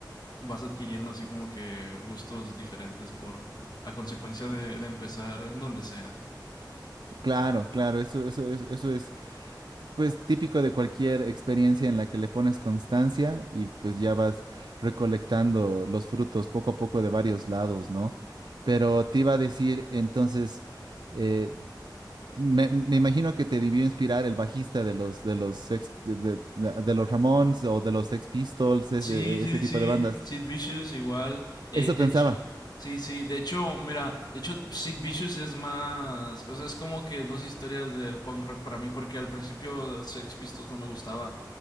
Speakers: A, on the left; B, on the right.
A: vas adquiriendo así como que gustos diferentes por, a consecuencia de, de empezar en donde sea.
B: Claro, claro, eso, eso es, eso es pues típico de cualquier experiencia en la que le pones constancia y pues ya vas recolectando los frutos poco a poco de varios lados, ¿no? Pero te iba a decir, entonces, eh, me, me imagino que te debió inspirar el bajista de los de los Sex- de, de- de los Ramones o de los Sex Pistols, ese
A: Sí, sí,
B: ese tipo
A: sí,
B: de bandas.
A: Sid Vicious igual. Eh,
B: Eso
A: de
B: pensaba.
A: hecho, sí, sí, de hecho, mira, de hecho, Sid Vicious es más, o sea, es como que dos historias del punk rock para mí, porque al principio Sex Pistols no me gustaba